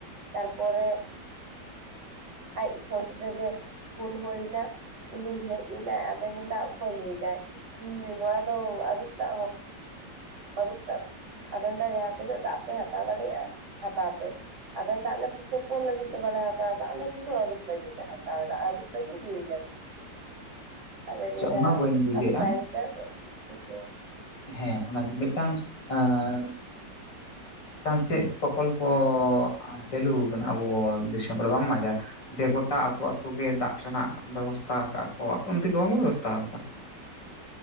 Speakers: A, on the right; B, on the left.
A: ᱛᱟᱨᱯᱚᱨᱮ ᱟᱡ ᱥᱚᱢ ᱨᱮᱜᱮ ᱯᱷᱳᱱ ᱦᱩᱭᱱᱟ ᱩᱱᱤ ᱦᱮᱡ ᱮᱱᱟᱭ ᱟᱫᱚᱭ ᱢᱮᱱᱫᱟ ᱚᱠᱚᱭ ᱞᱟᱹᱭᱫᱟ ᱱᱚᱣᱟ ᱫᱚ ᱟᱹᱨᱩᱵ ᱫᱟᱜ ᱦᱚᱸ ᱟᱨᱩᱯ ᱫᱟᱜ ᱟᱫᱚ ᱢᱮᱱᱛᱮ ᱡᱟᱦᱟᱸ ᱛᱤᱱᱟᱹᱜ ᱫᱟᱜ ᱯᱮ ᱦᱟᱛᱟᱣ ᱫᱟᱲᱮᱭᱟᱜᱼᱟ ᱦᱟᱛᱟᱣ ᱯᱮ ᱟᱫᱚ ᱫᱟᱜ ᱟᱞᱮ ᱛᱳᱯ ᱞᱟᱹᱜᱤᱫ ᱫᱚ ᱵᱟᱝ ᱦᱟᱛᱟᱣ ᱠᱟᱜᱟ ᱞᱮ ᱥᱩᱫᱩ ᱟᱞᱩᱵ ᱞᱟᱹᱜᱤᱫ ᱞᱮ ᱦᱟᱛᱟᱣᱫᱟ ᱟᱹᱨᱩᱵ ᱞᱟᱹᱜᱤᱫ ᱧᱩᱭ ᱞᱟᱹᱜᱤᱫ᱾ ᱟᱫᱚᱭ
B: ᱟᱪᱪᱷᱟ
A: ᱞᱟᱭ
B: ᱚᱱᱟ
A: ᱫᱟᱻ
B: ᱵᱟᱹᱧ ᱵᱩᱡᱷᱟᱹᱜᱼᱟ
A: ᱛᱟᱭᱚᱢ ᱛᱮ ᱟᱫᱚᱻ ᱴᱷᱤᱠ ᱜᱮᱭᱟ
B: ᱦᱮᱸ ᱚᱱᱟᱜᱮ ᱢᱤᱫᱴᱟᱝ ᱟᱸᱻ ᱢᱤᱫᱴᱟᱝ ᱪᱮᱫ ᱯᱨᱚᱠᱚᱞᱯᱚ ᱪᱟᱹᱞᱩ ᱠᱟᱱᱟ ᱟᱵᱚ ᱫᱤᱥᱚᱢ ᱨᱮ ᱵᱟᱢ ᱵᱟᱲᱟᱭ ᱜᱮᱭᱟ? ᱡᱮ ᱜᱚᱴᱟ ᱟᱹᱛᱩᱛᱳ ᱜᱮ ᱫᱟᱜ ᱨᱮᱱᱟᱜ ᱵᱮᱵᱚᱥᱛᱷᱟ ᱟᱠᱟᱜᱟᱠᱚ ᱟᱯᱮ ᱩᱱᱛᱮ ᱠᱤ ᱵᱟᱠᱚ ᱵᱮᱵᱚᱥᱛᱷᱟ ᱟᱠᱟᱫᱟ?